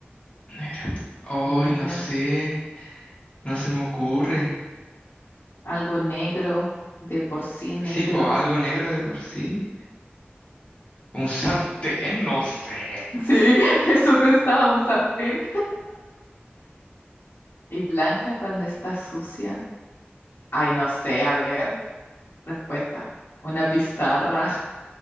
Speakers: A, on the left (about 30°); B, on the left (about 70°).
A: Negra cuando...
B: negra,
A: Ay, no sé. No se me ocurre.
B: algo negro, de por sí negro.
A: Sí, pues algo negro de por sí. Un sartén, no sé.
B: Sí, <laughs> eso pensaba un sartén. Y blanca cuando está sucia. Ay, no sé, a ver, respuesta, una pizarra.